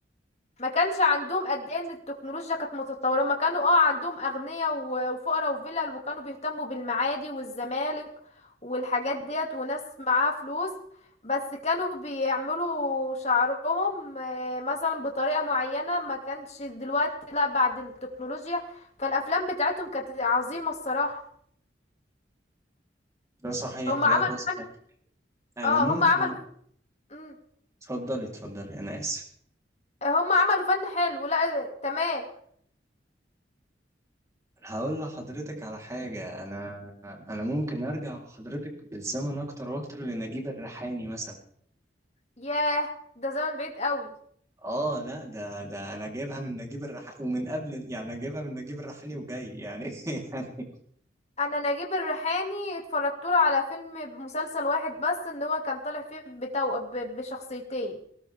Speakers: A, on the left (about 40°); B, on the right (about 20°).
A: ما كانش عندهم قد ايه ان التكنولوجيا كانت متطوره هما كانوا اه عندهم اغنياء و- وفقراء وفلل وكانوا بيهتموا بالمعادي والزمالك والحاجات ديت وناس معاها فلوس بس كانوا بيعملوا شعرهم آه، مثلا بطريقه معينه ما كانش دلوقتي لا بعد التكنولوجيا فالافلام بتاعتهم كانت عظيمه الصراحه
B: ده صحيح
A: هما
B: لا
A: عملوا
B: ده صحيح
A: فن
B: انا
A: اه
B: ممكن
A: هما عملوا مم.
B: اتفضلي اتفضلي انا اسف
A: هما عملوا فن حلو لا تمام
B: هقول لحضرتك على حاجه انا انا ممكن ارجع بحضرتك بالزمن اكتر واكتر لنجيب الريحاني مثلا
A: ياه ده زمن بعيد قوي
B: اه لا ده ده انا جايبها من نجيب الريحاني ومن قبل يعني انا جايبها من نجيب الريحاني وجاي يعني <laughs>
A: انا نجيب الريحاني اتفرجت له على فيلم مسلسل واحد بس ان هو كان طالع فيه بتو... ب... بشخصيتين